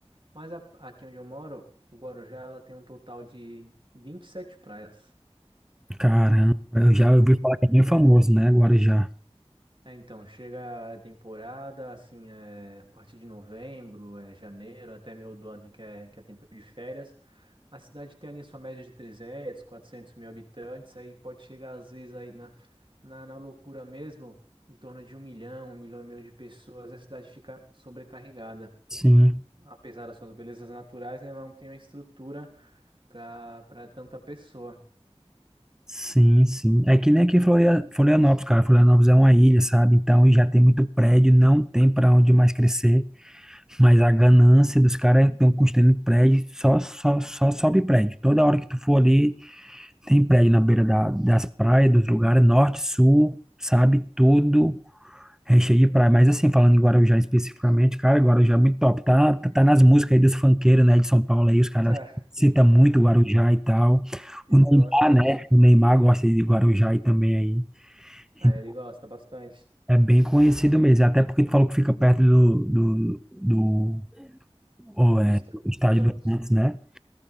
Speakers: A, on the right; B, in the centre.
A: Mas a- aqui onde eu moro, o Guarujá, ela tem um total de 27 praias.
B: caramba, eu já ouvi
A: vinte
B: falar
A: e sete
B: que é bem
A: praias.
B: famoso, né? Guarujá.
A: É, então, chega a temporada, assim, é, a partir de novembro, é, janeiro, até meio do ano, que é, que é tempo de férias. A cidade tem ali a sua média de 300, 400 mil habitantes, aí pode chegar às vezes aí na, na, na loucura mesmo, em torno de um milhão, um milhão e meio de pessoas, e a cidade fica sobrecarregada.
B: Sim.
A: Apesar das suas belezas naturais, né, ela não tem uma estrutura para para tanta pessoa. <laughs>
B: Sim, sim. É que nem aqui em Floria- Florianópolis, cara. Florianópolis é uma ilha, sabe? Então, já tem muito prédio, não tem para onde mais crescer. Mas a ganância dos caras estão construindo prédio, só, só, só sobe prédio. Toda hora que tu for ali, tem prédio na beira da, das praias, dos lugares, norte, sul, sabe? Tudo Recheio de praia, mas assim, falando em Guarujá especificamente, cara, Guarujá é muito top. Tá, tá, tá nas músicas aí dos funkeiros, né, de São Paulo aí, os caras
A: Tá,
B: citam muito Guarujá e tal.
A: e
B: O Neymar,
A: tá bastante.
B: né, o Neymar gosta de Guarujá aí também aí.
A: Ah,
B: E
A: ele gosta bastante
B: É bem conhecido mesmo, até porque tu falou que fica perto do, do, do, oh, é,
A: do estado.
B: do
A: do
B: estádio
A: Santos.
B: do Santos, né?